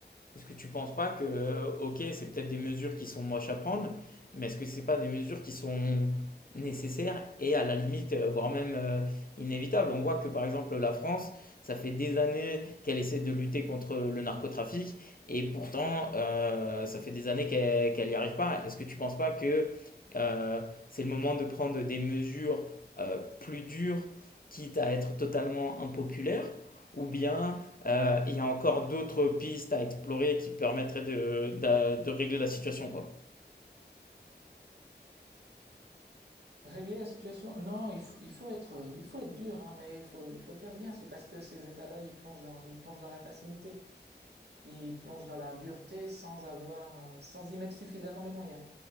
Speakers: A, on the left (about 55°); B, on the right (about 70°).
A: est-ce que tu penses pas que, euh, ok, c'est peut-être des mesures qui sont moches à prendre, mais est-ce que c'est pas des mesures qui sont nécessaires et à la limite, euh, voire même euh, inévitables? On voit que, par exemple, la France, ça fait des années qu'elle essaie de lutter contre le narcotrafic et pourtant, euh, ça fait des années qu'elle qu'elle n'y arrive pas. Est-ce que tu penses pas que euh, c'est le moment de prendre des mesures euh, plus dures, quitte à être totalement impopulaires. Ou bien euh, il y a encore d'autres pistes à explorer qui permettraient de, d'a- de régler la situation, quoi.
B: Régler la situation, non, il faut, il faut être, euh, il faut être dur, hein, mais il faut, il faut le faire bien. C'est parce que ces États-là, ils plongent dans, ils plongent dans la facilité, ils plongent dans la dureté sans avoir, euh, sans y mettre suffisamment les moyens.